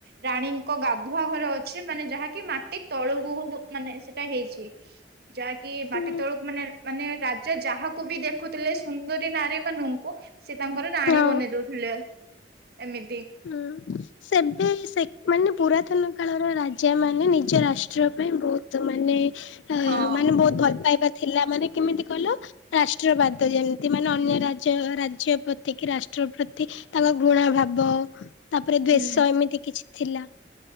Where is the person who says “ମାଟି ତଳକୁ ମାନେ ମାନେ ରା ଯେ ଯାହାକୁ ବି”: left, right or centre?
Right